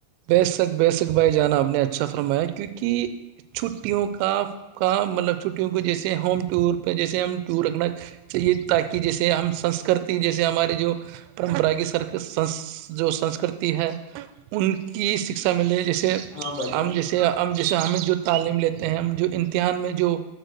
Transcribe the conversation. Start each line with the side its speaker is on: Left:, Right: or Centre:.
Right: بےسک بےسک بھائی جانا آپ نے اچھا فرمایا کیونکہ چھٹیوں کا کا مطلب چھٹیوں کو جیسے ہوم ٹور پہ جیسے ہم ٹور رکھنا چاہیے تاکہ جیسے ہم سنسکرتی جیسے ہمارے جو پرمپرا کی سر جو سنسکرتی ہے ان کہ شکھا ملے جیسے
Left: ہاں بھائی
Right: ہم
Left: جان
Right: جیسے ہم جیسے ہمیں جو تعلیم لیتے ہیں ہم جو امتحان میں جو